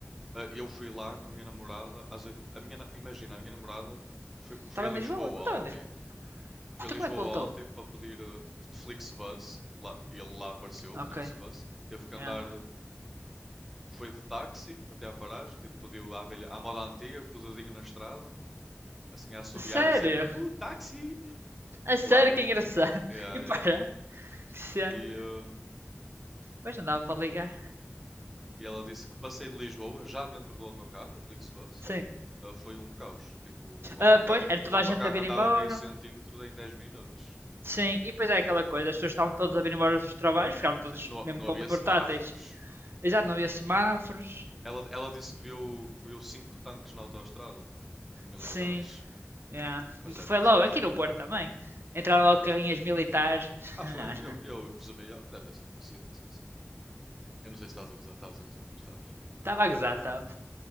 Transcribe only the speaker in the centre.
eh, eu fui lá com a minha namorada às oito. A minha, na- imagina, a minha namorada foi, foi
a Lisboa
ontem.
foi
a Lisboa
ontem para pedir eh, de Flixbus, lá, e ele lá apareceu, o
Flixbus. Teve que andar
Foi de táxi até à paragem, tipo, pediu à, abelha, à moda antiga, com o dedinho na estrada, assim a assobiar,
a dizer Uh, táxi!
Claro,
yeah,
yeah.
E, hum,
e ela disse que passei de Lisboa, já dentro do autocarro, o Flixbus,
ah, foi um caos. Tipo, o autocarro,
o autocarro
andava
meio centímetro em 10 minutos.
Sim, não,
não
havia
semáforos.
Ela, ela disse que viu, que viu cinco tanques na autoestrada, militares,
mas deve
ter
sido.
Ah,
foi?
Eu, eu presumi, ah, deve ter sido coincidência só. Eu não sei se estás a gozar, estás a gozar, não estás?